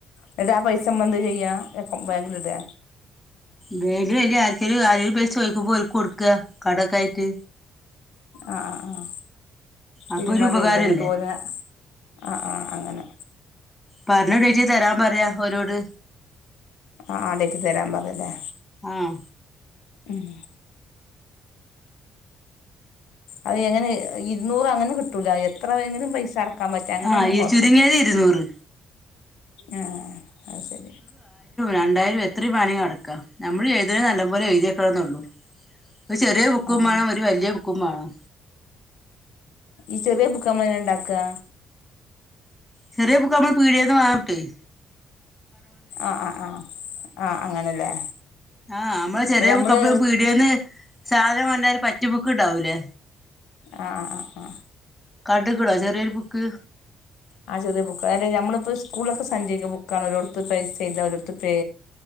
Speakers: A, on the left (about 85°); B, on the left (about 15°).
A: ഇന്നട്ട് ആ പൈസ ഞമ്മളെന്താ ചെയ്യാ ബാങ്കിലിടേ
B: ബാങ്കിലിടെ ആര്ക്കെലും ആരേലും പൈസ ചോയ്ക്കുമ്പം ഓൽക്ക് കൊട്ക്ക കടൊക്കായിട്ട്
A: ആ ആ ആഹ്
B: അപ്പൊ
A: തിരുമറി
B: ഒരു ഉപകാരല്ലേ
A: ചെയ്യാ ന്നട്ട് ഓല് ആ ആ അങ്ങനെ
B: പർഞ്ഞ ടൈറ്റില് തരാം പറയാ ഓലോട്
A: ആഹ്! ആ ടെയ്റ്റിൽ തരാൻ പറയലേ.
B: ആഹ്!
A: ഉം അത് എങ്ങനെ ഇരുന്നൂറ് അങ്ങനെ കിട്ടൂല. എത്ര വേങ്കിലും പൈസ അട ക്കാം പറ്റാ. അങ്ങനേണങ്കി
B: ആഹ് ഈ
A: കുഴപ്പല്ല്യ.
B: ചുരുങ്ങിയത് ഇരുന്നൂറ്
A: ഏഹ് അഹ് ശരി.
B: രണ്ടായിരും എത്രിം വേണങ്കി അടക്കാ. നമ്മള് ചെയ്തേ നല്ല പോലെ എഴുതിക്കണന്നൊള്ളൂ. ഒരു ചെറീ ബുക്കും
A: ആഹ്
B: മാണം. ഒരു വല്ല്യ ബുക്കും മാണം.
A: ഈ ചെറീയ ബുക്ക് അമ്മളങ്ങനെണ്ടാക്കാ?
B: ചെറീയ ബുക്ക് അമ്മളെ പീടിയേന്ന് വാങ്ങാം കിട്ടൊയ്.
A: ആഹ്! ആഹ്! ആഹ്! ആഹ്! അങ്ങനെല്ലേ.
B: ആഹ്! നമ്മള്
A: ഉം
B: ചെറീ
A: നമ്മള്
B: ബുക്ക് അമ്മള് പീടിയന്ന് സാധനം വാണ്ടാല് ഒരു പറ്റ് ബുക്ക് ഇണ്ടാവൂലേ
A: ആഹ്! ആഹ്! ആഹ്!
B: കാണ്ട്ക്ക് ണോ ചെറിയൊരു ബുക്ക്.
A: ആഹ്! ചെറിയ ബുക്ക്. അതായത് നമ്മളിപ്പോ സ്കൂളിലൊക്കെ സഞ്ചയിക ബുക്കാണ് ഓരോടത്ത് പൈസ ചെയ്ത ഓരോടത്തത്ത് പേ